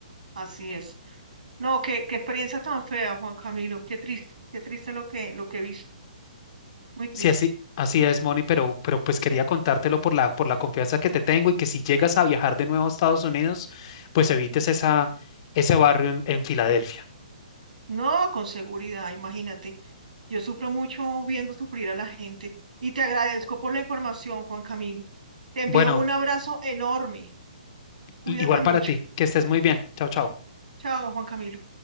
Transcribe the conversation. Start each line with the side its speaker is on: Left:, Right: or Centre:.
Right: así es. No, qué, qué experiencia tan fea, Juan Camilo, qué triste, qué triste lo que, lo que he visto, muy triste.
Left: Sí, así, así es, Moni, pero, pero pues quería contártelo por la, por la confianza que te tengo y que si llegas a viajar de nuevo a Estados Unidos, pues evites esa, ese barrio en, en Filadelfia.
Right: No, con seguridad, imagínate. Yo sufro mucho viendo sufrir a la gente y te agradezco por la información, Juan Camilo. Te envío
Left: Bueno,
Right: un abrazo enorme. Cuídate
Left: igual
Right: mucho.
Left: para ti, que estés muy bien. Chao, chao.
Right: Chao, Juan Camilo.